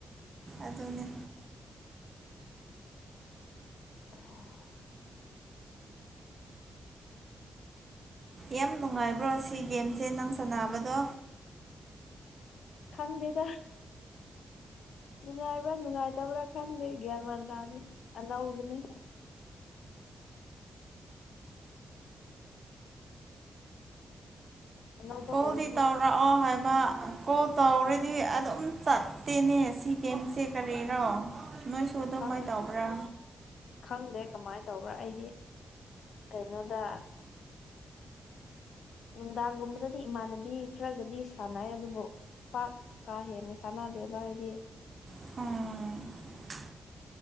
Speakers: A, on the right (about 40°); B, on the left (about 80°).
A: ꯑꯗꯨꯅꯦ
B: <unintelligible>
A: ꯌꯥꯝ ꯅꯨꯡꯉꯥꯏꯕ꯭ꯔꯣ ꯁꯤ ꯒꯦꯝꯁꯦ ꯅꯪ ꯁꯥꯟꯅꯕꯗꯣ
B: ꯈꯪꯗꯦꯗ ꯅꯨꯡꯉꯥꯏꯕ꯭ꯔꯥ ꯅꯨꯡꯉꯥꯏꯇꯕ꯭ꯔꯥ ꯈꯟꯗꯦ ꯒ꯭ꯌꯥꯟ ꯃꯟ ꯇꯥꯗꯦ ꯑꯅꯧꯕꯅꯦ ꯑꯅꯧꯕ
A: ꯀꯣꯜꯗꯤ
B: ꯑꯣꯏꯕꯒꯤ
A: ꯇꯧꯔꯛꯑꯣ ꯍꯥꯏꯕ ꯀꯣ ꯇꯧꯔꯗꯤ ꯑꯗꯨꯝ ꯆꯠꯇꯦꯅꯦ ꯁꯤ ꯒꯦꯝꯁꯦ ꯀꯔꯤꯔꯣ ꯅꯣꯏꯁꯨ ꯑꯗꯨꯃꯥꯏ
B: ꯈꯪ
A: ꯇꯧꯕ꯭ꯔꯥ
B: ꯈꯪꯗꯦ ꯀꯃꯥꯏꯟ ꯇꯧꯕ꯭ꯔꯥ ꯑꯩꯗꯤ ꯀꯩꯅꯣꯗ ꯅꯨꯡꯗꯥꯡꯒꯨꯝꯕꯗꯗꯤ ꯏꯃꯥꯟꯅꯕꯤ ꯈꯔꯒꯗꯤ ꯁꯥꯟꯅꯩ ꯑꯗꯨꯕꯨ ꯄꯥꯛ ꯀꯥ ꯍꯦꯟꯅ ꯁꯥꯟꯅꯗꯦꯕ ꯍꯥꯏꯗꯤ
A: ꯎꯝ